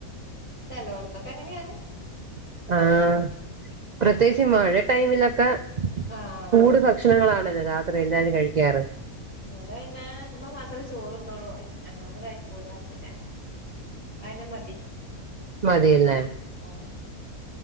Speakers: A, on the left; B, on the right.
A: ചെലോർത്തൊക്കെങ്ങനെണ്
B: ആഹ് പ്രത്യേകിച്ച് മഴ ടൈമിലൊക്കെ
A: ആഹ്
B: ചൂട് ഭ ഭക്ഷണങ്ങളാണല്ലോ രാത്രി എല്ലാവരും കഴിക്കാറ്
A: ഇവിടെന്നെ ഇമ്മ മാത്രമേ ചോറുന്നുള്ളു ഞങ്ങളൊന്നും കഴിക്കൂല പിന്നെ അയന്നെ മതി
B: മതിയല്ലേ
A: ആഹ്